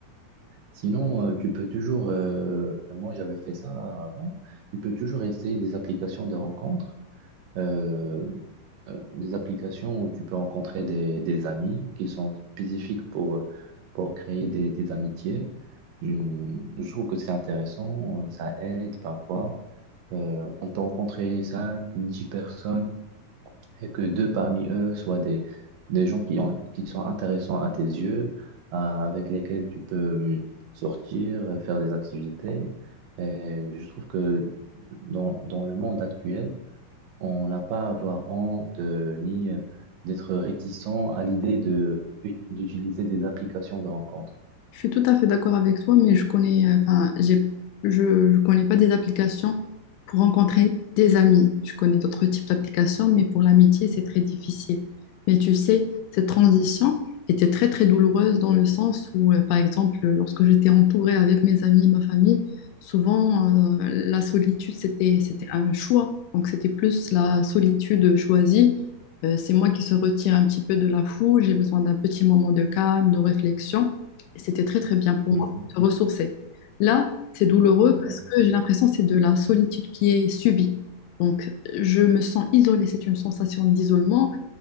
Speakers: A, on the right; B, on the left.
A: Sinon, euh, tu peux toujours, euh, moi j'avais fait ça avant, tu peux toujours essayer des applications de rencontres, euh, euh, des applications où tu peux rencontrer des, des amis qui sont spécifiques pour, euh, pour créer des, des amitiés. Hum, je trouve que c'est intéressant, euh, ça aide parfois. Euh, on peut rencontrer 5, 10 personnes et que deux parmi eux soient des, des gens qui, ont- qui sont intéressants à tes yeux, euh, avec lesquels tu peux hum, sortir, euh, faire des activités. Et je trouve que dans, dans le monde actuel, on n'a pas à avoir honte euh, ni euh, d'être réticent à l'idée de, ut- d'utiliser des applications de rencontre.
B: Je suis tout à fait d'accord avec toi, mais je connais, euh, enfin, j'ai, je, je connais pas des applications pour rencontrer des amis. Je connais d'autres types d'applications, mais pour l'amitié, c'est très difficile. Mais tu sais, cette transition était très, très douloureuse dans le sens où, euh, par exemple, lorsque j'étais entourée avec mes amis, ma famille, souvent, euh, la solitude, c'était, c'était un choix. Donc, c'était plus la solitude choisie. Euh, c'est moi qui se retire un petit peu de la foule. J'ai besoin d'un petit moment de calme, de réflexion. Et c'était très, très bien pour
A: Mhm.
B: moi de se ressourcer. Là, c'est douloureux
A: Mhm.
B: parce que j'ai l'impression que c'est de la solitude qui est subie. Donc, je me sens isolée. C'est une sensation d'isolement